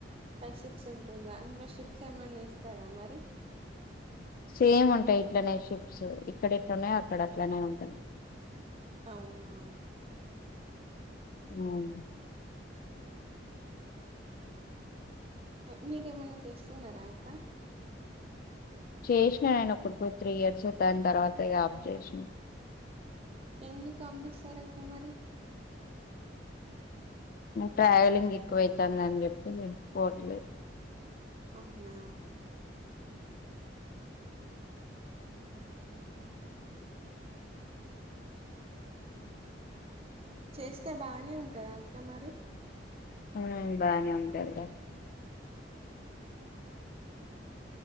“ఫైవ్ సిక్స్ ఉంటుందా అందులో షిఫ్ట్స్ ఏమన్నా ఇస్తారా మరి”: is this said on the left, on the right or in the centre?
Right